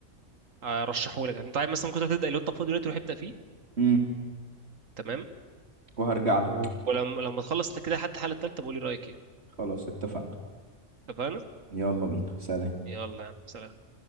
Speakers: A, on the right; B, on the right.
A: ارشحهولك يعني انت عايز مثلا ممكن تروح تبدا لو انت فاضي دلوقتي روح ابدا فيه
B: امم
A: تمام
B: وهرجع لك
A: و- ولما لما تخلص كده لحد الحلقه التالتة بقول لي رايك ايه
B: خلاص اتفقنا
A: اتفقنا
B: يلا بينا سلام
A: يلا يا عم سلام